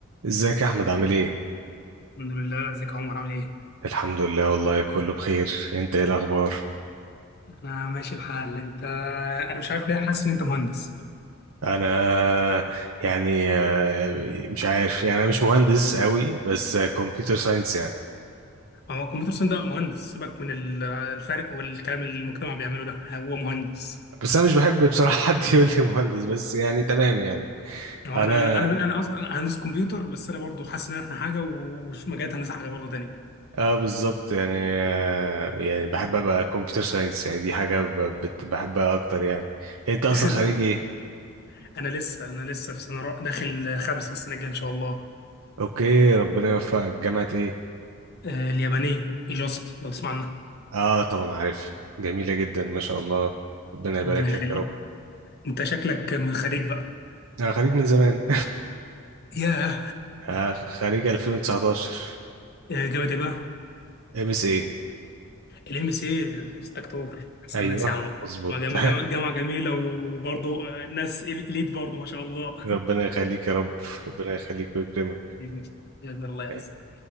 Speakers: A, on the right (about 80°); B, on the left (about 50°).
A: ازيك يا احمد عامل ايه
B: الحمد لله ازيك يا عمر عامل ايه؟
A: الحمد لله والله كله بخير انت ايه الاخبار
B: انا ماشي الحال انت انا مش عارف ليه حاسس ان انت مهندس
A: انا يعني آه، مش عارف يعني انا مش مهندس قوي بس كمبيوتر ساينس يعني
B: هو الكمبيوتر ساينس ده مهندس سيبك من ال- الفرق والكلام اللي المجتمع بيعمله ده هو مهندس
A: بس انا مش بحب بصراحة <laughs> حد يقول لي مهندس بس يعني تمام يعني
B: هو
A: انا
B: انا انا انا انا اصلا أنا هندس كمبيوتر بس انا برضو حاسس ان احنا حاجه ومش مجالات هندسه حاجه برضو تانيه
A: اه بالظبط يعني آه، يعني بحب ابقى كمبيوتر ساينس يعني دي حاجة ب- بت- بحبها اكتر يعني انت
B: <laughs>
A: اصلا
B: تمام
A: خريج ايه
B: انا لسه انا لسه في سنه رابعة- داخل خمسه السنه الجايه ان شاء الله
A: اوكي ربنا يوفقك جامعة ايه
B: آه، اليابانيه ايجاست لو تسمع عنها
A: اه طبعا عارف جميلة جدا ما شاء الله ربنا يبارك
B: ربنا يخليك
A: لك يا رب
B: انت شكلك من خريج بقى
A: أنا خريج من زمان
B: ياه
A: <laughs> آه، خريج 2019
B: <laughs> جامد ايه بقى
A: ام اس اي
B: الام سي في 6 اكتوبر احسن
A: ايوه
B: ناس يا عم
A: مظبوط
B: والله جامعه جامعه جامعة جميله وبرضه ناس اليت برضه ما شاء الله
A: <laughs> ربنا
B: <laughs>
A: يخليك يا رب ربنا يخليك ويكرمك
B: بإذن الله الله يعزك
A: آه،